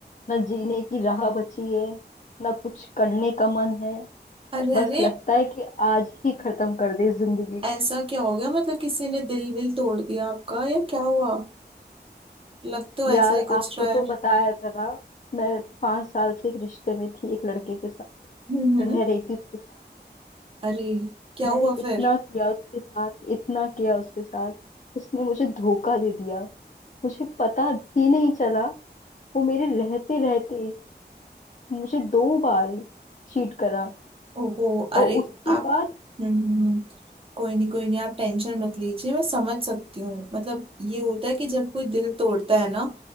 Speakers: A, on the left; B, on the right.
A: ना जीने की राह बची है ना कुछ करने का मन है
B: अरे
A: बस
B: अरे
A: लगता है कि आज ही खत्म कर दे जिंदगी को
B: ऐसा क्या हो गया मतलब किसी ने दिल विल तोड़ दिया आपका या क्या हुआ लग तो
A: यार
B: ऐसा ही कुछ
A: आपको
B: रहा है
A: तो बताया था ना मैं पांच साल से एक रिश्ते में थी एक लड़के के साथ
B: हम्म हम्म
A: रह रही थी उसके साथ
B: अरे क्या
A: मैंने
B: हुआ
A: इतना
B: फिर
A: किया उसके साथ इतना किया उसके साथ उसने मुझे धोखा दे दिया मुझे पता भी नहीं चला वो मेरे रहते रहते मुझे दो बार चीट करा
B: ओहो अरे
A: और उसके
B: आप
A: बाद
B: हम्म हम्म, हम्म, कोई नहीं कोई नहीं आप टेंशन मत लीजिए मैं समझ सकती हूँ मतलब ये होता है कि जब कोई दिल तोड़ता है ना